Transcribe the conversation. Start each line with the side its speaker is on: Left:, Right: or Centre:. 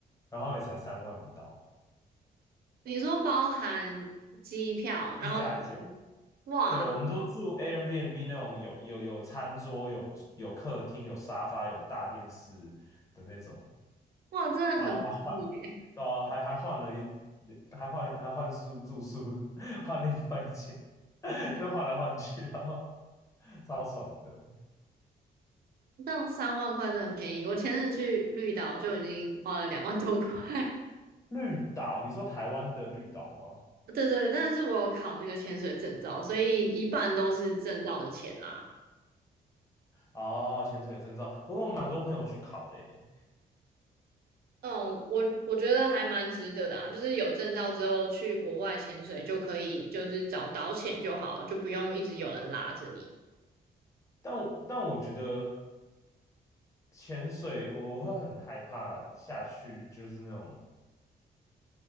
Left: 然后也才三万不到，
Right: 你说包含机票，然后怎么
Left: 一加九。
Right: 哇
Left: 对，我们都住 Airbnb 那种有有有餐桌、有有客厅、有沙发、有大电视的那种。
Right: 哇，真的很便宜耶，
Left: 然后还换，对啊，还还换了一，还换还换宿住宿，<laughs> 换另外一间，<laughs> 就换来换去，然后超爽的。
Right: 这样三万块真的很便宜。我前阵子去绿岛就已经花了两万多块。<laughs>
Left: 绿岛，你说台湾的绿岛吗？
Right: 对对对，但是我有考那个潜水证照，所以一半都是证照的钱啦。
Left: 哦，潜水证照，我有蛮多朋友去考的耶，
Right: 嗯，我我觉得还蛮值得的啊，就是有证照之后去国外潜水就可以，就是找导潜就好了，就不用一直有人拉着你。
Left: 但我但我觉得潜水我我会很害怕下去，就是那种。